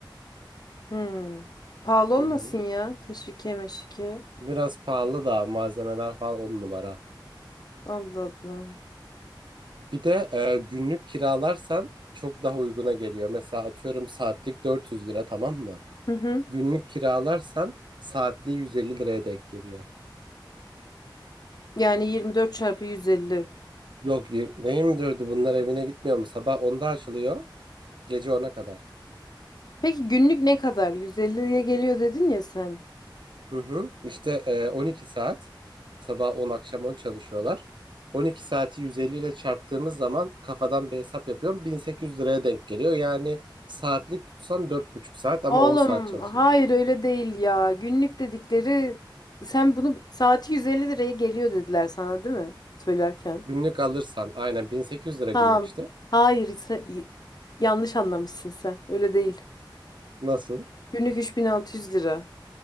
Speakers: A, on the left; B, on the right.
A: Hmm. Pahalı olmasın
B: Hı hı.
A: ya. Teşvikiye meşvikiye.
B: Biraz pahalı da malzemeler falan on numara.
A: Allah Allah.
B: Bir de e, günlük kiralarsan çok daha uyguna geliyor. Mesela atıyorum saatlik 400 lira tamam mı?
A: Hı hı.
B: Günlük kiralarsan saatliği 150 liraya denk geliyor.
A: Yani 24 çarpı 150.
B: Yok y- ne 24'ü bunlar evine gitmiyor mu? Sabah onda açılıyor. Gece 10'a kadar.
A: Peki günlük ne kadar? 150'ye geliyor dedin ya sen.
B: Hı hı. İşte e, 12 saat sabah 10 akşam 10 çalışıyorlar. 12 saati 150 ile çarptığımız zaman kafadan bir hesap yapıyorum. 1800 liraya denk geliyor. Yani saatlik tutsan dört buçuk saat ama
A: Oğlum
B: 10 saat çalışabiliyorsun.
A: hayır öyle değil ya. Günlük dedikleri sen bunu saati 150 liraya geliyor dediler sana değil mi? Söylerken.
B: Günlük alırsan aynen 1800 lira
A: Tamam.
B: günlük işte.
A: Hayır sen- yanlış anlamışsın sen. Öyle değil.
B: Nasıl?
A: Günlük 3600 lira.